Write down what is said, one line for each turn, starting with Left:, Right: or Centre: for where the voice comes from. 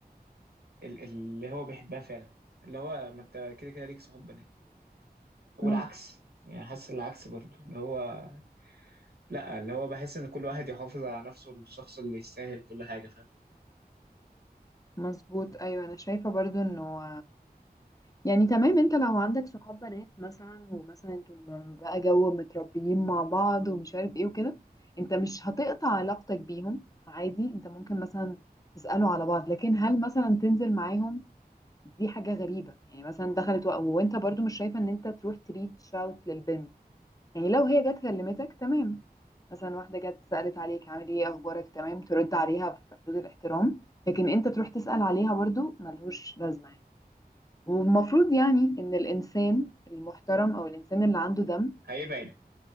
Right: ال- اللي هو بيحبها فعلا اللي هو ما انت كده كده ليك صحاب بنات والعكس
Left: مظبوط
Right: يعني حاسس العكس برضو اللي هو لا اللي هو بحس ان كل واحد يحافظ على نفسه الشخص اللي يستاهل كل حاجة فاهم
Left: مظبوط ايوه انا شايفه برضو انه يعني تمام انت لو عندك صحاب بنات مثلا ومثلا انتوا م- بقى جو متربيين مع بعض ومش عارف ايه وكده انت مش هتقطع علاقتك بيهم عادي انت ممكن مثلا تسألوا على بعض لكن هل مثلا تنزل معاهم دي حاجة غريبة يعني مثلا دخلت وق- وانت برضو مش شايفة ان انت تروح تريتش اوت للبنت يعني لو هي جت كلمتك تمام مثلا واحدة جت سألت عليك عامل ايه اخبارك تمام ترد عليها في حدود الاحترام لكن انت تروح تسأل عليها برضو ملهوش لازمة يعني والمفروض يعني ان الانسان المحترم او الانسان اللي عنده دم
Right: هيبعد